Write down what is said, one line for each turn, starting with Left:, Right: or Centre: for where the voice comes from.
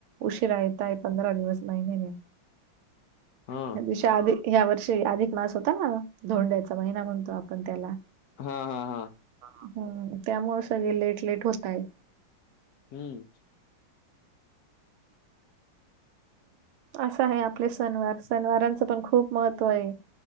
Right: उशिरा येत आहे. पंधरा दिवस महिन्याने
Left: हा
Right: ह्या वर्षी अधिक मास होता. ना धोंड्याचा महिना म्हणतो आपण त्याला
Left: हा हा हा
Right: हम्म त्यामुळे सगळे लेट लेट होता येत.
Left: हम्म
Right: असं आहे. आपले सण वार सणवारांचं पण खूप महत्व हे